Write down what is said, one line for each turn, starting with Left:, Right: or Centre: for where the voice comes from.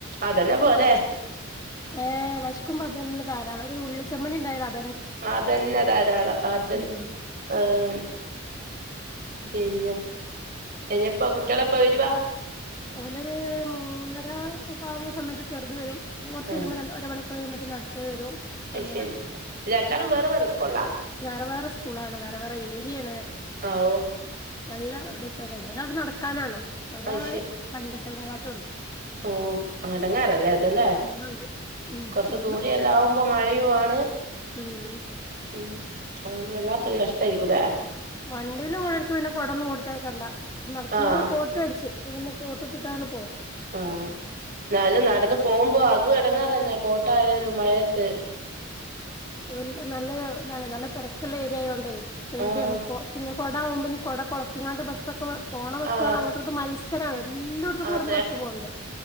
Right: അതന്നെ പോരെ.
Left: ഏഹ് വെശ്ക്കുമ്പോ അത് തന്നെ ധാരാളം. ഒരു ഉള്ളിച്ചമ്മന്തി ഇണ്ടായാലത്
Right: ആഹ് അതന്നെ ധരാളം. അത്
Left: ഉം
Right: ആഹ് പിന്നെ ഇനിയിപ്പം കുട്ടികളെപ്പ വരുവാ?
Left: ഓനൊര് മൂന്നര ഒക്കെ ആകുന്ന സമയത്ത് ചെറുത് വരും. കൊർച്ച്‌
Right: ആഹ്
Left: കഴിയുമ്പ രണ്ട് ഒരു അര മണി അത് കഴിയുമ്പോത്തിന് അടുത്തത് വരും.
Right: അയ്ശെരി.
Left: അങ്ങനെ
Right: രണ്ടാളും വേറെ വേറെ സ്ക്കൂൾള്ളാ?
Left: വേറെ വേറെ സ്കൂളാണ് വേറെ വേറെ ഏരിയെണ്.
Right: ആഹ് ഓഹ്
Left: നല്ല ഡിസ്റ്റൻസ്ണ്ട്. ഒരാക്ക് നടക്കാനാണം ഒരാള്
Right: അത്
Left: <unintelligible> ണ്ട്.
Right: ഓഹ് എടങങ്ങേറല്ലേ അതല്ലേ
Left: പോണുണ്ട് ഉം
Right: കൊറച്ച്
Left: വന്നു
Right: ദൂരെ എല്ല ആവും മ്പം മഴയു ആണ്.
Left: ഉം
Right: ഉം അതോണ്ട് വല്ലാത്തൊരു കഷ്ടായിരിക്കുല്ലേ.
Left: വണ്ടിയില് പോണോർക്ക് പിന്നെ കൊടെന്നും കൊടുത്തയക്കണ്ട. നടക്കുന്നത്
Right: ആഹ്
Left: കോ ട്ട് വേടിച്ച്. അപ്പപിന്നെ കോട്ടൊക്കെ ഇട്ടാണ് പോ
Right: ആഹ്. ന്നാലും നടന്ന് പോകുമ്പോ അതും എടങ്ങേറന്നെ കോട്ടായാലും മഴയത്ത്.
Left: നല്ല നല്ല ഇതാണെ. നല്ല തെരക്കുള്ള ഏരിയയോണ്ടേ പേട്യാണ്.
Right: ആഹ്
Left: പ്പൊ പിന്നെ കൊടാവുമ്പം ഇനി കൊട കൊളത്തിങ്ങാണ്ട് ബസൊക്കെ പോണ ബസ്സുകൾ
Right: ആഹ്
Left: അങ്ങട്ടും ഇങ്ങട്ടും മൽസ സരാണ്. എല്ലോട്ത്ക്കും
Right: അതെ
Left: ഇവട്ന്ന് ബസ് പോവ്ണ്ട്.